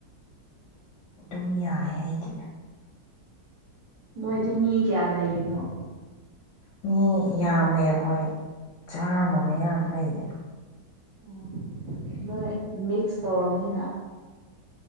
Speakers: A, on the left (about 80°); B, on the right (about 85°).
A: ꯑꯗꯨꯝ ꯌꯥꯏꯌ‌ꯦ ꯑꯩꯗꯤ
B: ꯅꯣꯏꯗꯤ ꯃꯤ ꯀꯌꯥ ꯂꯩꯔꯤꯅꯣ
A: ꯃꯤ ꯌꯥꯝꯃꯦ ꯑꯩꯈꯣꯏ ꯆꯥꯝꯃ ꯃꯌꯥꯃꯨꯛ
B: ꯎꯝ
A: ꯂꯩꯌꯦ
B: ꯑꯣ ꯅꯣꯏ ꯃꯤꯛꯁ ꯇꯧꯔꯝꯅꯤꯅ